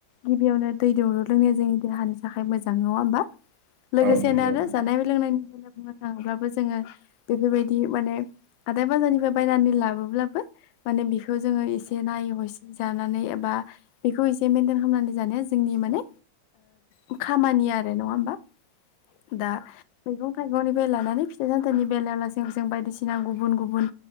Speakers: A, on the left (about 75°); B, on the right (about 85°).
A: गिबियावनो दै दौरु लोंनाया जोंनि देहानि थाखाय मोजां नङा हबा लोगोसेनो
B: औ नंगौ
A: आरो
B: नोंथां
A: जानाय लोंनायनि बुंनो थाङोब्लाबो जोङो बेफोरबायदि माने हाथाय बाजारनिफ्राय बायनानै लाबोब्लाबो माने बेखौ जोङो एसे नायै हसि जानानै एबा बेखौ इसे मेनटेन खालामनानै जानाया जोंनि माने ओ खामानि आरो नङा होमबा? दा मैगं थाइगंनि लानानै फिथाइ सामथाइनि बेलायावलासे जों बायदिसिना गुबुन गुबुन